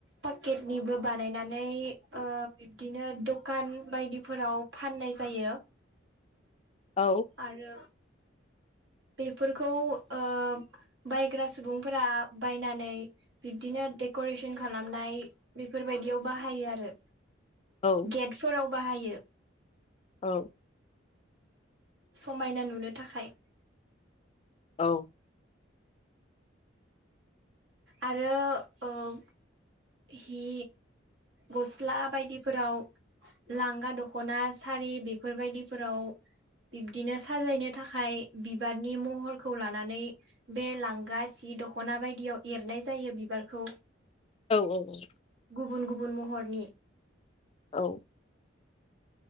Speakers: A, on the right (about 75°); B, on the left (about 30°).
A: पाकेटनिबो बानायनानै ओ बिब्दिनो दखान बायदिफोराव फाननाय जायो।
B: औ
A: आरो बेफोरखौ ओ बायग्रा सुबुंफोरा बायनानै बिब्दिनो देक'रेसन खालामनाय बेफोरबाय बायदियाव बायो आरो
B: औ
A: गेटफोराव बाहायो।
B: औ।
A: समायना नुनो थाखाय।
B: औ।
A: आरो ओ हि गस्ला बायदिफोराव लांगा दख'ना, सारि बेफोरबायदिफोराव बिब्दिनो साजायनो थाखाय बिबारनि महरखौ लानानै बे लांगा सि दख'ना बायदियाव एरनाय जायो बिबारखौ।
B: औ औ औ।
A: गुबुन गुबुन महरनि
B: औ।